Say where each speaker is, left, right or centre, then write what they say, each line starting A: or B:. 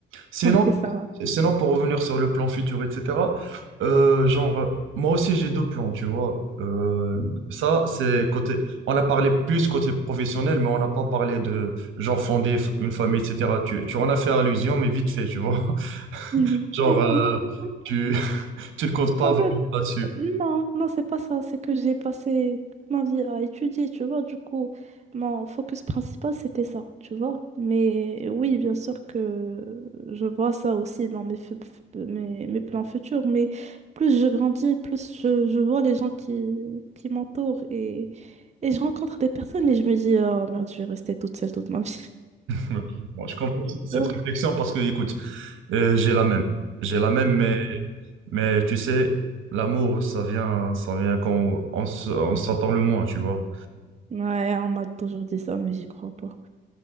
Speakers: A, on the right; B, on the right.
A: Sinon,
B: Ok, ça va.
A: sinon, pour revenir sur le plan futur, etc., euh, genre, moi aussi j'ai deux plans, tu vois. Euh, ça, c'est côté, on a parlé plus côté professionnel, mais on n'a pas parlé de, genre, fonder une famille, etc. Tu, tu en as fait allusion, mais vite fait, tu vois.
B: <laughs>
A: <laughs> Genre, euh, tu, <laughs> tu ne comptes pas
B: En
A: vraiment
B: fait,
A: là-dessus.
B: non, non, c'est pas ça. C'est que j'ai passé toute ma vie à étudier, tu vois. Du coup, mon focus principal, c'était ça, tu vois. Mais oui, bien sûr que je vois ça aussi dans mes, fu- fu- mes, mes plans futurs. Mais plus je grandis, plus je, je vois les gens qui, qui m'entourent et, et je rencontre des personnes et je me dis, oh merde, je vais rester toute seule toute ma vie. <laughs>
A: Ouais. Bon, je comprends cette
B: Tu vois?
A: réflexion parce que, écoute, euh, j'ai la même. J'ai la même, mais, mais tu sais, l'amour, ça vient, ça vient quand on, s- on s'attend le moins, tu vois.
B: Ouais, on m'a toujours dit ça, mais j'y crois pas.